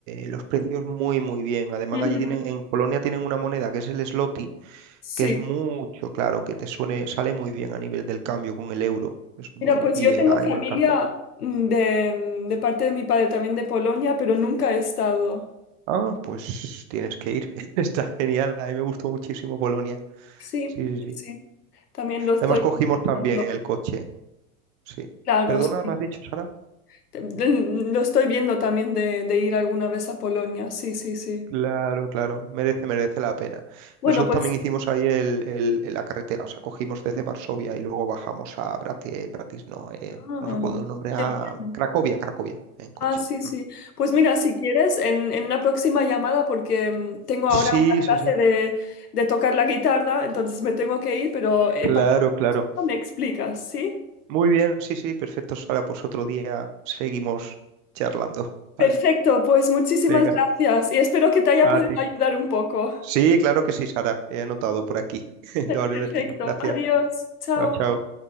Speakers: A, on the right; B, on the left.
A: los precios muy, muy bien. Además,
B: Ujú,
A: allí tienen, en Polonia tienen una moneda que es el zloty,
B: Sí.
A: que es mucho, claro, que te suene, sale muy bien a nivel del cambio con el euro. Es muy,
B: Mira, pues
A: y
B: yo
A: eh,
B: tengo
A: ay,
B: familia
A: me encantó.
B: mm, de, mm, de parte de mi padre también de Polonia, pero nunca he estado.
A: Ah, pues tienes que ir. <laughs> Está genial. A mí me gustó muchísimo Polonia.
B: Sí,
A: Sí, sí, sí.
B: sí. También lo estoy
A: Además cogimos
B: considerando.
A: también el coche. Sí.
B: Claro,
A: Perdona,
B: sí.
A: ¿me has dicho, Sara?
B: Te- Lo estoy viendo también de, de ir alguna vez a Polonia. Sí, sí, sí.
A: Claro, claro. Merece, merece la pena.
B: Bueno,
A: Nosotros
B: pues.
A: también hicimos ahí el, el- el- la carretera. O sea, cogimos desde Varsovia y luego bajamos a Brati, Bratis, no, eh,
B: Ah,
A: no recuerdo el nombre,
B: qué
A: a
B: bien.
A: Cracovia, Cracovia, en coche.
B: Ah, sí, sí.
A: Ujú.
B: Pues mira, si quieres, en, en una próxima llamada, porque mm, tengo
A: Sí,
B: ahora una
A: sí,
B: clase
A: sí.
B: de, de tocar la guitarra, entonces me tengo que ir, pero eh,
A: Claro,
B: para-
A: claro.
B: me explicas, ¿sí?
A: Muy bien, sí, sí. Perfecto, Sara. Pues otro día seguimos charlando.
B: Perfecto,
A: Vale.
B: pues muchísimas
A: Venga,
B: gracias y espero que te haya
A: a
B: podido
A: ti.
B: ayudar un poco.
A: Sí, claro que sí, Sara. He anotado por aquí <laughs> de varios
B: Perfecto.
A: destinos. Gracias.
B: Adiós. Chao.
A: Chao, chao.